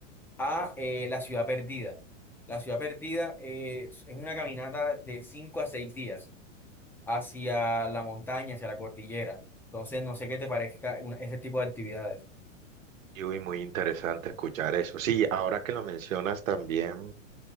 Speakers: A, in the centre; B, on the right.
A: a eh, la Ciudad Perdida. La Ciudad Perdida eh, es, es una caminata de 5 a 6 días hacia la montaña, hacia la cordillera. Entonces, no sé qué te parezca una- ese tipo de actividades.
B: Y uy, muy interesante escuchar eso. Sí, ahora que lo mencionas también,